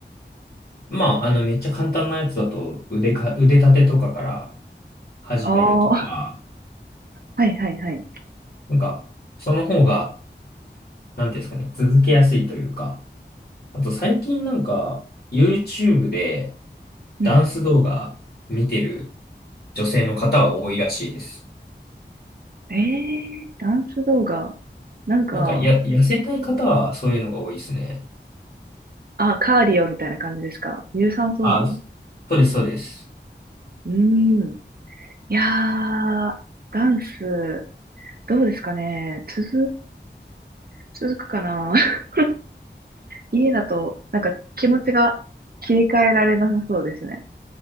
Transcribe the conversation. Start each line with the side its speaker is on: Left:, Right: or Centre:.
Left: まあ、あの、めっちゃ簡単なやつだと、腕か、腕立てとかから始めるとか、
Right: ああ、<laughs> はいはいはい。
Left: なんか、その方が、なんていうんですかね、続けやすいというか、あと最近なんか、YouTube で
Right: うん。
Left: ダンス動画見てる女性の方は多いらしいです。
Right: ええー、ダンス動画。なんか、
Left: なんか、や、痩せたい方はそういうのが多いですね。
Right: あ、カーディオみたいな感じですか有酸素運動
Left: あ、そうです、そうです。
Right: うん。いやー、ダンス、どうですかね。続、続くかな。<laughs> 家だと、なんか気持ちが切り替えられなさそうですね。